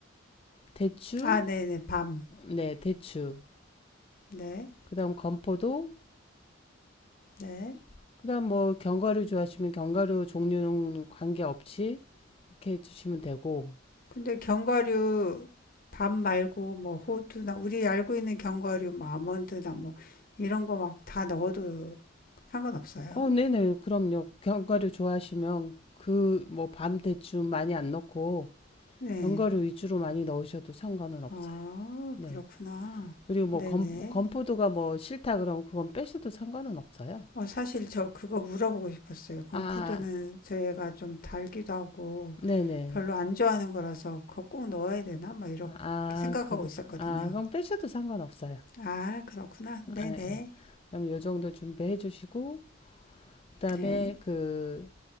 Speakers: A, on the left; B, on the left.
A: 대추,
B: 아, 네네, 밤.
A: 네, 대추.
B: 네,
A: 그다음 건포도,
B: 네.
A: 그다음 뭐 견과류 좋아하시면 견과류 종류는 관계없이 이렇게 해주시면 되고,
B: 근데 견과류, 밤 말고 뭐 호두나, 우리 알고 있는 견과류, 뭐 아몬드나 뭐 이런 거 막 다 넣어도 상관없어요?
A: 어, 네네. 그럼요. 견과류 좋아하시면 그 뭐 밤 대추 많이 안 넣고
B: 네.
A: 견과류 위주로 많이 넣으셔도 상관은 없어요.
B: 아,
A: 네.
B: 그렇구나.
A: 그리고 뭐
B: 네네.
A: 건, 건포도가 뭐 싫다 그러면 그건 빼셔도 상관은 없어요.
B: 어, 사실 저 그거 물어보고 싶었어요. 건푸드는
A: 아,
B: 저희가 좀 달기도 하고
A: 네네.
B: 별로 안 좋아하는 거라서 그거 꼭 넣어야 되나? 막 이렇게
A: 아,
B: 생각하고
A: 그,
B: 있었거든요.
A: 아, 그럼 빼셔도 상관없어요.
B: 아, 그렇구나. 네네.
A: 아, 예. 그럼 요 정도 준비해 주시고, 그다음에
B: 네.
A: 그